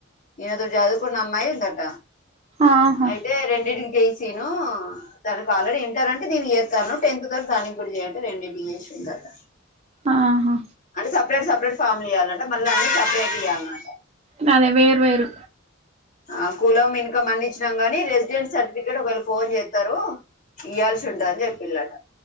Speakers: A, on the left; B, on the right.
A: ఈయనతో చదువుకున్న అమ్మాయి ఉందట
B: ఆహా
A: అయితే రెండింటికి చేసి నను. దానికి ఆల్రెడీ ఇంటర్ అంటే దీను చేస్తాను టెన్త్ తోర్ దానికి కూడా చేయంటారు రెండి డిఏస్ందాఅటా,
B: ఆహా
A: అంటే సపరే సపరేట్ ఫ్యామ్ ఇవాలంట మళ్ళ అన్ని సపరేట్ ఇ్వాల అమాట,
B: నాదే వేర్ వేరు,
A: ఆ కులం ఇంకా మంది ఇచ్చినాం గాని రెసిడెంట్ సర్టిఫికెట్ ఒకవేళ ఫోన్ చేస్తారు ఇయ్యల్సి ఉంటుందని చెప్పిలాట.